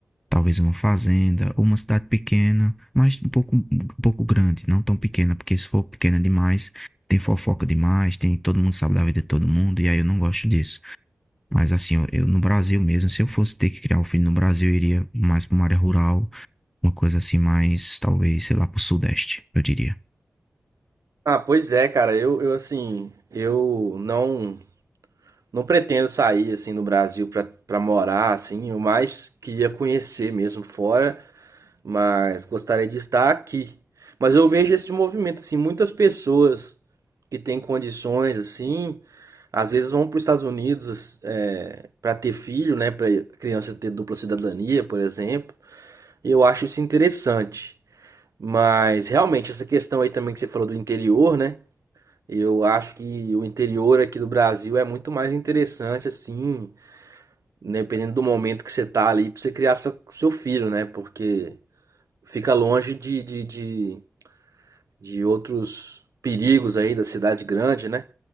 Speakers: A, in the centre; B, on the right.
A: talvez uma fazenda, ou uma cidade pequena, mas um pouco, um pouco grande, não tão pequena, porque se for pequena demais, tem fofoca demais, tem todo mundo sabe da vida de todo mundo, e aí eu não gosto disso. Mas assim, eu, eu no Brasil mesmo, se eu fosse ter que criar um filho no Brasil, eu iria mais para uma área rural, uma coisa assim mais, talvez, sei lá, para o Sudeste, eu diria.
B: Ah, pois é, cara. Eu, eu assim, eu não Não pretendo sair assim no Brasil para para morar assim, eu mais queria conhecer mesmo fora, mas gostaria de estar aqui. Mas eu vejo esse movimento assim, muitas pessoas que têm condições assim, às vezes vão para os Estados Unidos para ter filho, né, para criança ter dupla cidadania, por exemplo. E eu acho isso interessante. Mas realmente essa questão aí também que você falou do interior, né? Eu acho que o interior aqui do Brasil é muito mais interessante assim, né, dependendo do momento que você tá ali, pra você criar seu, seu filho, né? Porque fica longe de, de, de, de outros perigos aí da cidade grande, né?